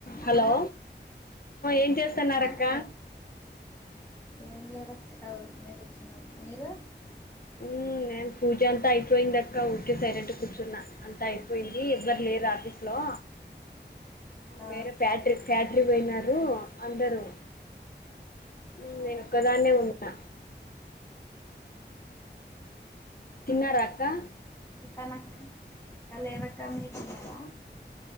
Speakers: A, on the left; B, on the left.
A: అక్క
B: హలో ఏం చేస్తున్నారుఅక్క?
A: ఆ అక్క ఏం లేదక్క ఊరికునే కూర్చున్నా. మీరు?
B: మ్ నేను పూజ అంతా అయిపోయింది అక్క ఓకే సైలెంట్ కూర్చున్నా అంతా అయిపోయింది ఎవ్వరు లేరు ఆఫీస్ లో
A: ఆ
B: వేరే ఫ్యాక్టరీ ఫ్యాక్టరీ పోయిన అందరూ మ్మ్
A: ఆ
B: నేన్ ఒకదానే ఉన్నా తిన్నారఅక్కా?
A: ఇప్పన అక్కా లేద అక్కా మీరు తిన్నారా